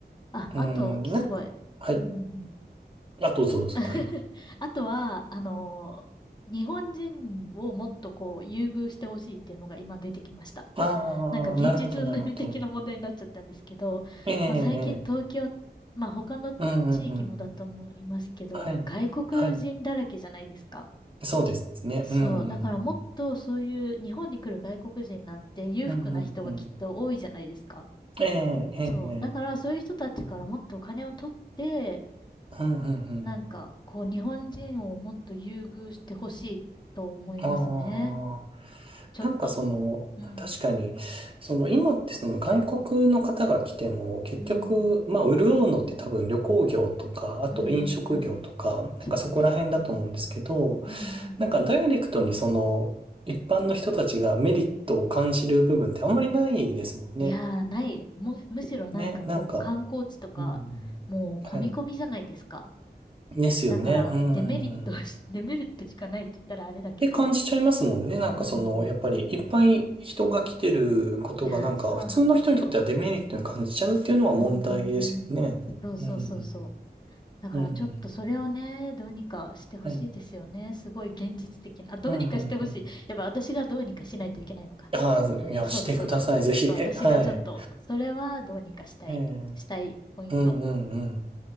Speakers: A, on the left; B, on the right.
A: あ、
B: ーん。
A: あと、
B: なんか、
A: すごい。
B: はい。
A: うんうんうん。
B: あ、どうぞ、どうぞ。はい。
A: <laughs>
B: <laughs>
A: あとは、あのー日本人をもっとこう、優遇してほしいっていうのが今出てきました。
B: ああ、
A: なんか現実運命的な問題になっちゃったんですけど、
B: なるほど、なるほど。ええ、ええ、
A: まあ、最近東京、まあ他の地域もだと思いますけど、
B: うんうんうん。はい、
A: 外国人だらけじゃないですか。
B: はい。そうですね。
A: そう。
B: うん、うん、
A: だからもっとそういう日本に来る外国人なんて裕福な人がきっと多いじゃないですか。
B: うん、うんうん。ええ、ええ、
A: そう。
B: ええ
A: だからそういう人たちからもっとお金を取って、
B: うん、うん、うん。
A: なんか、こう、日本人をもっと優遇してほしいと思いますね。
B: あ
A: ちょっと。
B: あ、なんかその、
A: うん。
B: 確かに、その今ってその外国の方が来ても、結局、
A: うん。
B: まあ、潤うのって多分旅行業とか、あと飲食業とか、
A: うん、うん、うん。
B: なんかそこら辺だと思うんですけど、
A: そうですね。うん、うん、
B: なんかダイレクトにその一般の人たちがメリットを感じる部分ってあんまりないですもんね。
A: うん。いやー、ない。む、むしろなんかこう、
B: ね、なんか、
A: 観光地とか、
B: うんうんはい。
A: もう、込み込みじゃないですか。
B: ですよね。
A: だから、
B: うん。
A: デメリットし、
B: っ
A: <laughs> デメリットしかないって言ったらあれだけど。
B: て感じちゃいますもんね。なんかその、
A: うん。
B: やっぱりいっぱい人が来てることがなんか普通の人にとってはデメリットに感じちゃうっていうのは問題ですよね。
A: いやー、そうなんですよ。うん、うん、うん。そうそうそうそう。
B: うん。
A: だからちょっとそれをね、
B: うん。
A: どうにかしてほしいですよね。
B: はい。
A: すごい現実的な。あ、どうにかしてほしい。
B: うん。うんうん。
A: やっぱ私がどうにかしないといけないのか。
B: ああ、いや、
A: そうだそうだ。
B: してください。ぜひ。
A: ちょっと私がちょっと、
B: え、はい。
A: それはどうにかしたい、
B: ええ
A: したいポイント。
B: うんうんうん。